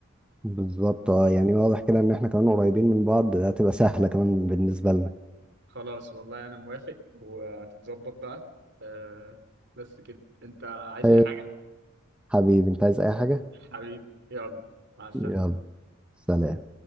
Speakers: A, in the centre; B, on the right (about 55°).
A: بالظبط اه يعني واضح كده ان احنا كمان قريبين من بعض ده هتبقى سهلة كمان بالنسبة لنا
B: خلاص والله انا موافق وهتتظبط بقى أه بس كده انت عايز
A: طيب،
B: اي حاجه
A: حبيبي انت عايز اي حاجة
B: حبيبي يلا مع السلامه
A: يلا سلام